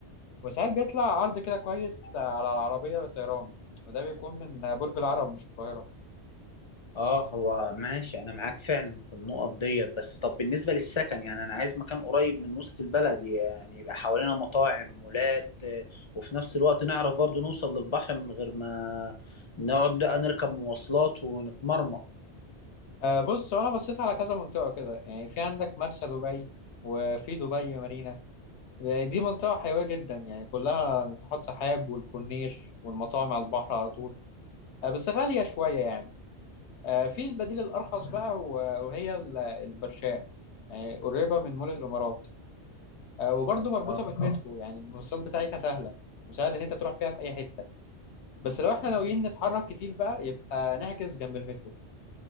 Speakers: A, on the left; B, on the left.
A: وساعات بيطلع عرض كده كويس آه، على العربية للطيران وده بيكون من برج العرب مش القاهرة
B: اه هو ماشي انا معاك فعلا في النقط ديت بس طب بالنسبة للسكن يعني انا عايز مكان قريب من وسط البلد يعني يبقى حوالينا مطاعم مولات آه، وفي نفس الوقت نعرف برضو نوصل للبحر من غير ما نقعد بقى نركب مواصلات ونتمرمط
A: آه، بص هو أنا بصيت على كذا منطقة كده يعني في عندك مرسى دبي وفي دبي مارينا آه، دي منطقة حيوية جدا يعني كلها ناطحات سحاب والكورنيش والمطاعم على البحر على طول آه، بس غالية شوية يعني آه، في البديل الأرخص بقى و- وهي ال- البرشاء يعني قريبة من مول الإمارات آه، وبرضه مربوطة
B: مم.
A: بالمترو يعني المواصلات بتاعتها سهلة وسهل إن أنت تروح فيها في أي حتة بس لو احنا ناويين نتحرك كتير بقى يبقى نحجز جنب المترو